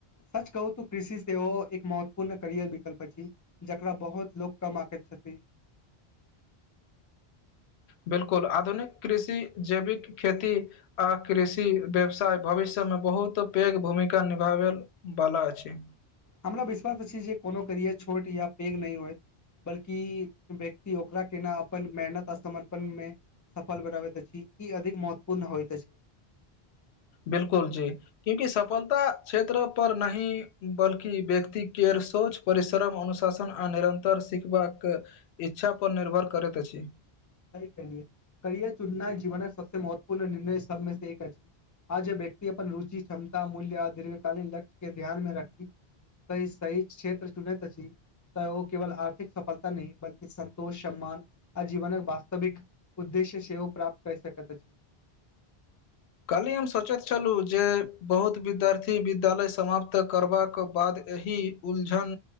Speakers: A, on the left; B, on the left.
A: सच कहू तू कृषि से एक महत्वपूर्ण करियर विकल्प अछि जेकरा बहुत लोग कम आक छथि
B: बिल्कुल आधुनिक कृषि जैविक खेती आ कृषि व्यवसाय भविष्यमे ब बहुत पैघ भूमिका निभाबैवला अछि
A: हमरा विश्वास अछि जे कोनो करियर छोट या पैघ नहि होइत बल्कि व्यक्ति ओकरा केना अपन मेहनत आ समर्पण मे सफल बनाबैत अछि ई अधिक महत्वपूर्ण होइत अछि
B: बिलकुल जी क्यूंकि सफलता क्षेत्र पर नहि बल्कि व्यक्तिक केर सोच परिश्रम अनुशासन आ निरन्तर सिखबाक इच्छा पर निर्भर करैत अछि
A: सही कहलियै कैये चुननाइ जीवनक सबसँ महत्वपूर्ण निर्णय सबमे से एक अछि आज व्यक्ति अपन अपन रुचि क्षमता मूल्य आ दीर्घकालीन लक्ष्य केँ ध्यानमे रखी कई सही क्षेत्र चुनेैत छी त ओ केवल आर्थिक सफलता नहि बल्कि संन्तोष सम्मान आजीवनक वास वास्तविक उद्देश्य सेहो प्राप्त क सकैत अछि
B: काल्हि हम सोचैत छलहुँ जे बहुत विद्यार्थी विद्यालय समाप्त करबाक बाद एहि उलझन